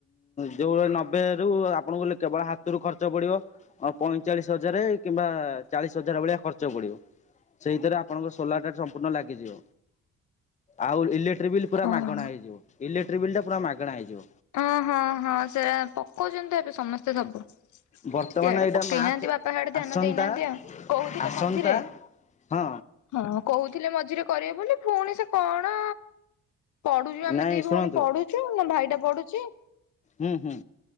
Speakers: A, on the left (about 25°); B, on the left (about 70°).
A: ଯୋଉ ନବେ ରୁ ଆପଣଙ୍କୁ କେବଳ ହାତୁରୁ ଖର୍ଚ୍ଚ ପଡିବ <unintelligible> ପଇଁଚାଳିଶ୍ ହଜାରେ କିମ୍ବା ଚାଳିଶ୍ ହଜାରେ ଭଳିଆ ଖର୍ଚ୍ଚ ପଡିବ। ସେଇଥିରେ ଆପଣଙ୍କ ସୋଲାର୍ ଟା ସମ୍ପୂର୍ଣ ଲାଗିଯିବ, ଆଉ ଇଲେ ଟ୍ରି ବିଲ୍ ପୁର
B: ଓହୋ।
A: ମାଗଣା ହେଇଯିବ, ଇଲେଟ୍ରି ବିଲ୍ ଟା ପୁରା ମାଗେଣା ହଇଯିବ।
B: ଅ ହଁ-ହଁ ସେଟା ପକଉଚନ୍ତି ତ ଏବେ ସମସ୍ତେ ସବୁ। <unintelligible>
A: ବର୍ତ୍ତମାନ ଏଇଟା
B: ପକେଇ
A: ମାର୍ଚ୍ଚ
B: ନାହାନ୍ତି ବାପା ସାଡେ ଧ୍ୟାନ
A: ଆସନ୍ତା
B: ଦେଇନାହାନ୍ତି ଆଉ କହୁଥିଲେ
A: ଆସନ୍ତା
B: ମଝିରେ।
A: ହଁ।
B: ହଁ କହୁଥିଲେ ମଝିରେ କରିବେ ବୋଲି, ଫୁଣି ସେ କଣ ପଢୁଚୁ ଆମେ
A: ନାଇଁ
B: ଦି
A: ଶୁଣନ୍ତୁ
B: ଭଉଣୀ ପଢୁଚୁ, ମୋ ଭାଇଟା ପଢୁଚି।
A: ହୁଁ-ହୁଁ